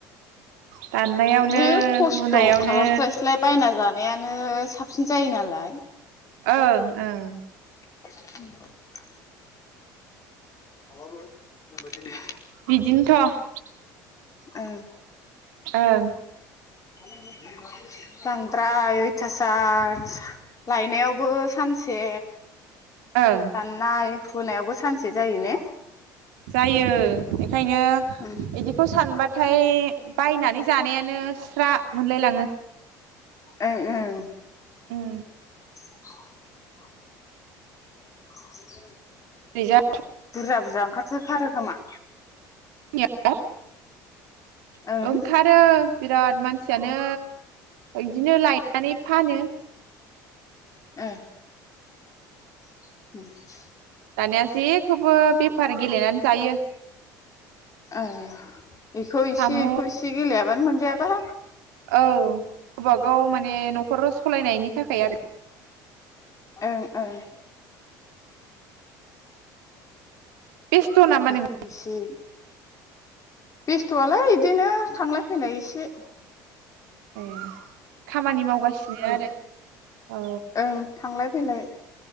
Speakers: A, on the right (about 75°); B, on the left (about 35°).
A: दाननायावनो
B: बे खस्थ'
A: हुनायावनो
B: खालामस्लायस्लाय बायना जा अनायानो साबसिन जायो नालाय
A: ओं ओं
B: <inaudible> आबबो जाबाय दिनि
A: बिदिनोथ'
B: ओं
A: ओं
B: <inaudible> जां फ्राय अयथासार लायनायावबो सानसे
A: ओं
B: दाननाय हुनायावबो सानसे जायो ने
A: जायो बेखायनो
B: ओं
A: बिदिखौ सानबा थाइ ओमफ्राय बायनानै जानायानो स्रा मोनलायलाङो
B: ओं ओं
A: उम
B: <inaudible> <inaudible>
A: जा
B: बुरजा बुरजा ओंखारथोर खोमा
A: <unintelligible>
B: ओं
A: ओंखारो बिराद मानसियानो जदिनो लाय नानै फानो
B: ओं <inaudible>
A: दानिया जेखौबो बेफार गेलेनानै जायो
B: ओह बेखौ इसे
A: साम'
B: इखौ इसे गेलेया मोन आब
A: औ गावबा गाव माने न'खराव सालायनायनि थाखाय आरो
B: ओं ओं
A: बेस्थ' नामा
B: बेखौ
A: नों
B: बिसे बेस्थ'आलाय बिदिनो थांलाय फैलाय एसे
A: एह खामानि मावगासिनो आरो औ
B: ओं थांलाय फैलाय।